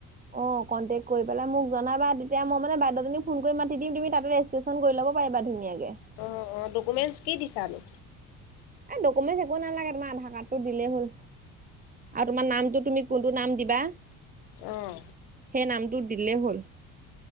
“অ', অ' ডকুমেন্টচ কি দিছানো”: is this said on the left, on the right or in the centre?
Left